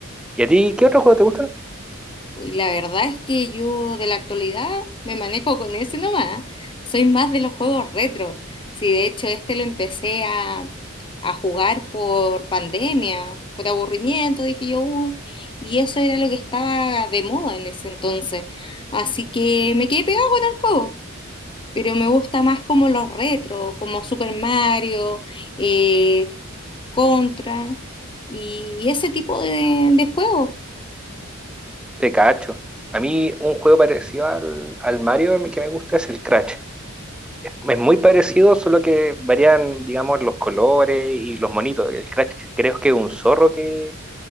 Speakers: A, in the centre; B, on the left (about 25°).
A: ¿Y a ti qué otros juegos te gustan?
B: Uy, la verdad es que yo de la actualidad me manejo con ese nomás. Soy más de los juegos retro. Sí, de hecho, este lo empecé a, a jugar por pandemia, por aburrimiento, dije yo, "Uh", y eso era lo que estaba de moda en ese entonces. Así que me quedé pegado con el juego. Pero me gusta más como los retro, como Super Mario, eh, Contra y ese tipo de, de juegos.
A: Te cacho. A mí un juego parecido al, al Mario que me gusta es el Crash. Es, es muy parecido, solo que varían, digamos, los colores y los monitos. El Crash creo que es un zorro que,